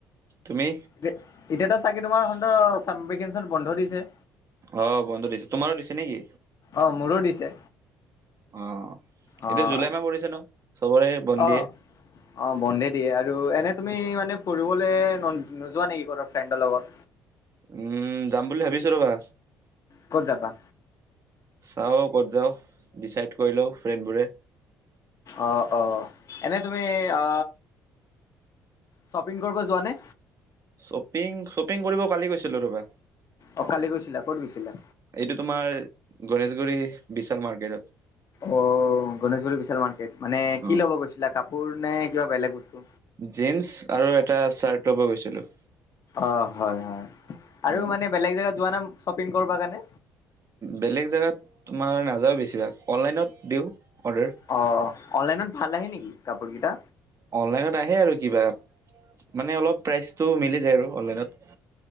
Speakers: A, on the right; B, on the left.
A: তুমি
B: এতে এতিয়াতো চাগে তোমাৰ সন্ত চামভেকেশ্বন বন্ধ দিছে?
A: অ বন্ধ দিছে। তোমাৰো দিছে নেকি?
B: অ মোৰো দিছে।
A: অ।
B: অ',
A: এতিয়া জুলাই মাহ পৰিছে ন। চবৰে বন
B: অ',
A: দিয়ে।
B: অ বন্ধে দিয়ে। আৰু এনে তুমি মানে ফুৰিবলে নো নোযোৱা নেকি ক-ৰ ফ্ৰেণ্ডৰ লগত?
A: উম যাম বুলি ভাবিছো ৰ'বা।
B: ক'ত যাবা?
A: চাও ক'ত যাওঁ। ডিচাইড কৰি লও ফ্ৰেণ্ডবোৰে।
B: অ অ এনে তুমি আ শ্বপিং কৰিব যোৱা নে?
A: শ্বপিং শ্বপিং কৰিব কালি গৈছিলো ৰবা।
B: অ কালি গৈছিলা, ক'ত গৈছিলা?
A: এইটো তোমাৰ গণেশগুৰি বিশাল মাৰ্কেটত।
B: অ গনেেশগুৰি বিশাল মাৰ্কেট, মানে কি
A: অ
B: ল'ব গৈছিলা কাপোৰ নে কিবা বেলেগ বস্তু?
A: জীন্স আৰু এটা চাৰ্ট লব গৈছিলো।
B: অ হয় হয়। আৰু
A: উম
B: মানে বেলেগ জেগাত যোৱা নাম শ্বপিং কৰবা কাৰণে?
A: বেলেগ জেগাত তোমাৰ নাযাওঁ বেছিভাগ, অনলাইনত দিওঁ অৰ্ডাৰ।
B: অ অনলাইনত ভাল আহে নেকি কাপোৰ গিটা?
A: অনলাইনত আহে আৰু কিবা মানে অলপ প্ৰাইচটো মিলি যায় আৰু অনলাইনত।